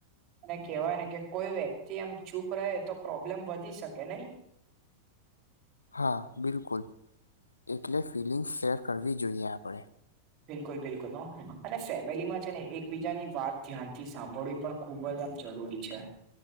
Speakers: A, on the right; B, on the left.
A: અને કેહેવાય ને કે, કોઈ વ્યક્તિ આમ. ચૂપ રહે તો, પ્રોબ્લેમ વધી શકે નહી?
B: હા, બિલકુલ એટલે ફિલિંગ્સ શેર કરવી જોઈએ આપણે.
A: બિલકુલ, બિલકુલ, હ અને ફેમિલીમાં છે ને, એક બીજાની વાત ધ્યાનથી સાંભળવી પણ ખુબ જ આમ. જરૂરી છે.